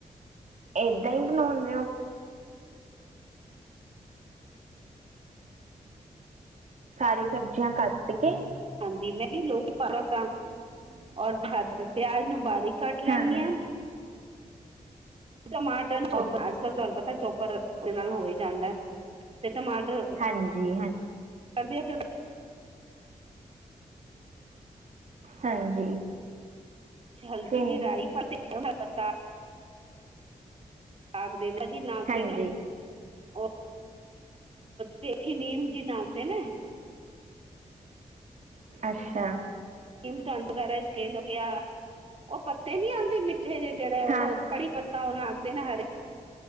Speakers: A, on the right; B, on the right.
A: ਏਦਾਂ ਈ ਬਣਾਉਂਨੇ ਹੋ? ਸਾਰੀ ਸਬਜ਼ੀਆਂ ਕੱਟ ਕੇ।
B: ਹਾਂਜੀ, ਮੈਂਵੀ ਪਾ ਲੈਸਾ <unintelligible> ਹੋਰ ਪਿਆਜ ਨੂੰ ਬਾਰੀਕ ਕੱਟ
A: ਹਾਂ
B: ਲੈਣੀਆਂ।
A: ਹਾਂ
B: ਟਮਾਟਰ ਨੂ ਚੋਪਰਾ
A: ਓ
B: ਅੱਜ-ਕੱਲ ਤੁਹਾਨੂੰ ਪਤਾ ਚੋਪਰ ਦੇ ਨਾਲ ਹੋ ਹੀ ਜਾਂਦਾ, ਤੇ ਟਮਾਟਰ,
A: ਹਾਂਜੀ, ਹਾਂ
B: ਕਹਿੰਦੀ ਐ ਫੇਰ,
A: ਹਾਂਜੀ।
B: ਹਲਕੀ
A: ਫਿਰ
B: ਜਿਹੀ ਰਾਈ ਪਾਈ ਤੇ <unintelligible> ਨਾਗ ਦੇਨਾ ਜੀ, ਨਾਗ
A: ਹਾਂਜੀ
B: ਦੇਨੇ, ਓ ਪੇਥੀ ਨੀਮ ਜਿਹਨ ਆਖਦੇ ਨੇ।
A: ਅੱਛਾ।
B: ਧਨ ਵਗੈਰਾ ਚ ਕੇਲ ਹੋਆ, ਉਹ ਪੱਤੇ ਨੀ ਆਉਂਦੇ ਮਿੱਠੇ ਜਿਹੇ, ਜਿਹੜੇ ਉਹ
A: ਹਾਂ
B: ਕੜੀ ਪੱ ਤਾਂ, ਉਹਨੂੰ ਆਖਦੇ ਨਾ ਹਰੇ